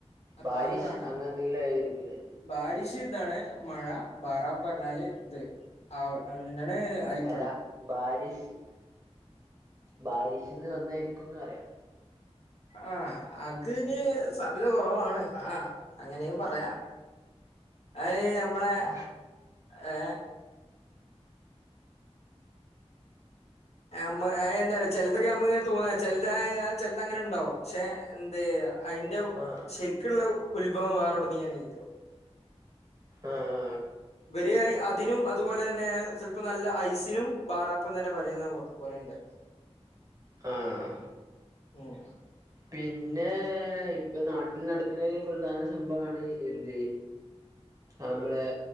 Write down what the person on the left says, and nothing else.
അപ്പൊ
അത് കാണാ
ബാരിഷ് ഇതാണ് മഴ ബാറാപ്പ് പറഞ്ഞാൽ ഇത് ആ എന്താണ്. അലിപ്പഴം
ആഹ് അതിന് സല് കുറവാണ് ആ അങ്ങനെയും പറയാം അയി അമ്മളെ
ഏ. മ്മ എന്ത ചെിലത്തൊക്കെ നമ്മ ഇങ്ങനെ തോന്ന ചിലത് ചെിലത്ങ്ങനെണ്ടാവും പക്ഷെ. എന്ത് അതിന്റെ
ശരിക്കുള്ള ഉത്ഭവം വേറെടന്ന് ഞാൻ ചെയോ -
വരി അതിനും അതുപോലെന്നെ ചെൽപ്പോ നല്ല ഐസിനും ബാറാപ്പ് ന്നന്നെ പറയ്ന്നെ പോലെണ്ട്
ഉം